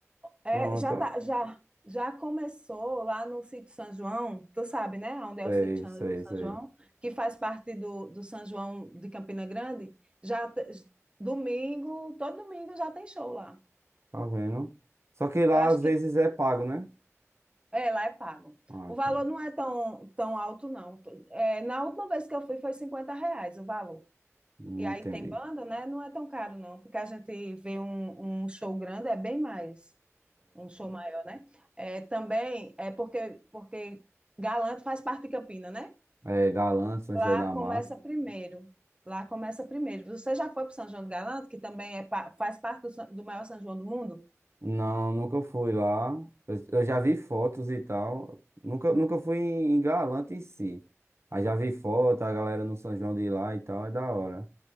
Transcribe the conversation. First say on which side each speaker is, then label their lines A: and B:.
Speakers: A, on the right; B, on the right.
A: É,
B: Pronto.
A: já tá, já, já começou lá no sítio São João, tu sabe, né? Onde
B: É
A: é o sítio
B: isso
A: São
B: aí,
A: São
B: isso aí.
A: João, que faz parte do, do São João de Campina Grande. Já te- domingo, todo domingo já tem show lá.
B: Tá vendo? Só que lá
A: Eu acho
B: às
A: que
B: vezes é pago, né?
A: é, lá é pago.
B: Ah,
A: O
B: então.
A: valor não é tão, tão alto, não. É, na última vez que eu fui foi 50 reais o valor.
B: Não
A: E aí
B: entendi.
A: tem banda, né? Não é tão caro, não, porque a gente vê um, um show grande, é bem mais, um show maior, né? É, também é porque, porque Galanto faz parte de Campina, né?
B: É, é Galã, São
A: Lá
B: José da
A: começa
B: Mata.
A: primeiro. Lá começa primeiro. Você já foi para São João do Galanto, que também é, pa- faz parte do, Sa- do maior São João do mundo?
B: Não, nunca fui lá. Eu, eu já vi fotos e tal. Nunca, nunca fui em, em Galante em si. Aí já vi foto, a galera no São João de lá e tal, é da hora.